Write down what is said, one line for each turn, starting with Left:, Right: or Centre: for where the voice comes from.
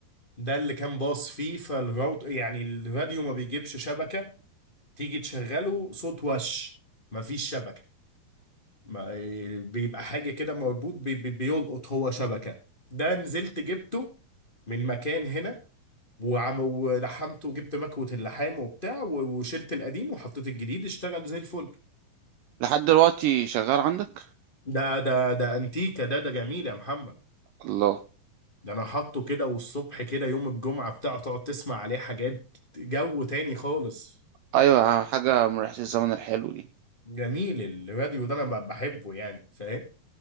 Left: ده اللي كان باص فيه فالراوت يعني الراديو ما بيجيبش شبكه تيجي تشغله صوت وش مفيش شبكة ما آه، بيبقى حاجة كده مربوط بي بي بيلقط هو شبكة ده نزلت جبته من مكان هنا وعم ولحمته وجبت مكوة اللحام وبتاع و- وشلت القديم وحطيت الجديد اشتغل زي الفل
Right: لحد دلوقتي شغال عندك
Left: ده ده ده انتيكا ده ده جميل يا محمد
Right: الله
Left: ده انا حاطه كده والصبح كده يوم الجمعة بتاعه تقعد تسمع عليه حاجات جو تاني خالص
Right: ايوه حاجه من ريحه الزمن الحلو دي
Left: جميل الراديو ده انا ب- بحبه يعني فاهم